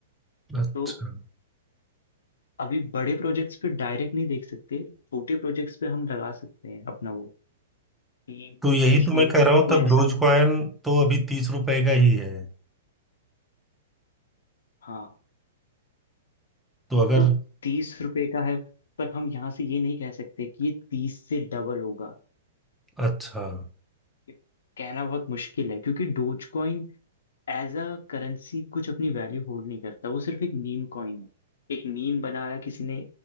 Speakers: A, in the centre; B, on the left.
A: अच्छा
B: तो अभी बड़े प्रोजेक्ट्स पे डायरेक्ट नहीं देख सकते छोटे प्रोजेक्ट्स पे हम लगा सकते हैं अपना वो कि
A: तो यही
B: जैसे
A: तो मैं कह रहा हूँ
B: कोई
A: तब
B: ऐसा
A: डोज कॉइन तो अभी तीस रुपए का ही है
B: हाँ
A: तो अगर
B: तो तीस रुपए का है पर हम यहाँ से ये नहीं कह सकते कि ये तीस से डबल होगा
A: अच्छा
B: ये कहना बहुत मुश्किल है क्योंकि Dogecoin as a currency कुछ अपनी वैल्यू होल्ड नहीं करता वो सिर्फ एक मीम कॉइन है एक मीम बनाया किसी ने